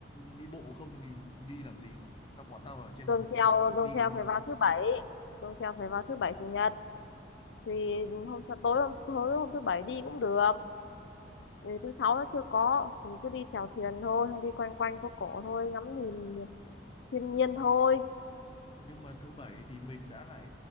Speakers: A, on the left (about 30°); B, on the left (about 75°).
A: đi bộ không thì đi làm gì? Tao bọn tao ở trên
B: tuồng
A: Hà Nội
B: treo
A: tao tự
B: tuồng
A: đi
B: treo
A: còn hơn.
B: phải vào thứ bảy tuồng treo phải vào thứ bảy chủ nhật thì hôm sau tối hôm tối hôm thứ bảy đi cũng được vì thứ sáu nó chưa có thì cứ đi chèo thuyền thôi không đi quanh quanh phố cổ thôi ngắm nhìn thiên nhiên thôi
A: Nhưng mà thứ bảy thì mình đã lại